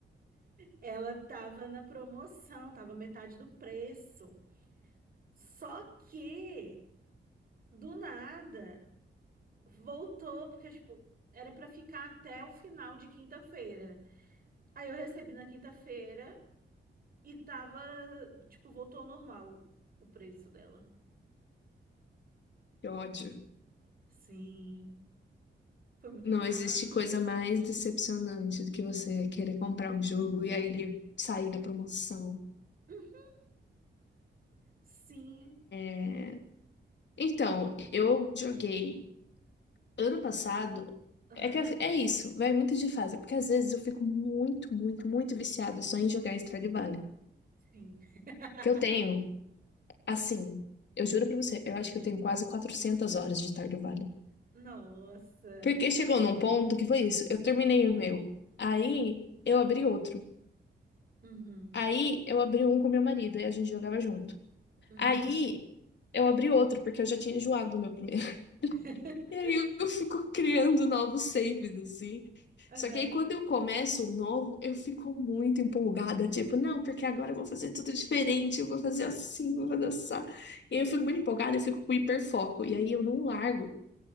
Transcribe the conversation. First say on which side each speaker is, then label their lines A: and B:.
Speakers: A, on the right; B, on the left.
A: Ela tava na promoção, tava metade do preço. Só que, do nada, voltou, porque, tipo, era pra ficar até o final de quinta-feira. Aí eu recebi na quinta-feira e tava, tipo, voltou ao normal o preço dela.
B: Que ódio.
A: Sim, foi muito
B: Não
A: rápido.
B: existe coisa mais decepcionante do que você querer comprar um jogo e aí ele sair da promoção.
A: Hum, Sim,
B: É, Então, eu joguei ano passado.
A: aham,
B: É que é isso, vai muito de fase, porque às vezes eu fico muito, muito, muito viciada só em jogar em Stardew Valley.
A: sim. <laughs>
B: Porque eu tenho, assim, eu juro pra você, eu acho que eu tenho quase 400 horas de Stardew Valley.
A: Nossa.
B: Porque chegou num ponto que foi isso, eu terminei o meu, aí eu abri outro.
A: Uhum,
B: Aí eu abri um com meu marido e a gente jogava junto.
A: uhum,
B: Aí eu abri outro, porque eu já tinha enjoado do meu primeiro. <laughs>
A: <laughs>
B: E aí eu eu fico criando novos saves, assim.
A: aham,
B: Só que aí quando eu começo um novo, eu fico muito empolgada, tipo, não, porque agora eu vou fazer tudo diferente, eu vou fazer assim, eu vou dançar. E aí eu fico muito empolgada, eu fico com hiperfoco. E aí eu não largo.